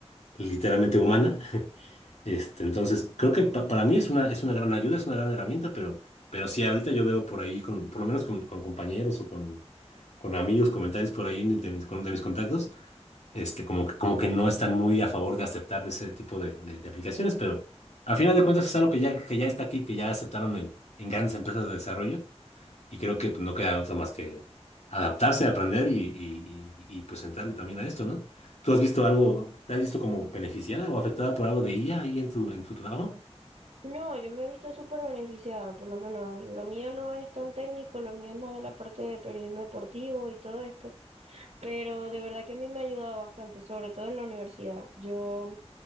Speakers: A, on the left (about 85°); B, on the right (about 80°).
A: literalmente humana. <laughs> Este, entonces, creo que pa- para mí es una, es una gran ayuda, es una gran herramienta, pero, pero sí, ahorita yo veo por ahí, con, por lo menos con, con compañeros o con, con amigos, comentarios por ahí de mis, con- de mis contactos, este, como que, como que no están muy a favor de aceptar ese tipo de, de, de aplicaciones, pero al final de cuentas es algo que ya, que ya está aquí, que ya aceptaron en, en grandes empresas de desarrollo. Y creo que no queda otra más que adaptarse, aprender y, y, y- y, pues entrarle también a esto, ¿no? ¿Tú has visto algo, te has visto como beneficiada o afectada por algo de IA ahí en tu, en tu trabajo?
B: No, yo me he visto súper beneficiada, por lo menos lo mío no es tan técnico, lo mío es más de la parte de periodismo deportivo y todo esto, pero de verdad que a mí me ha ayudado bastante, sobre todo en la universidad. Yo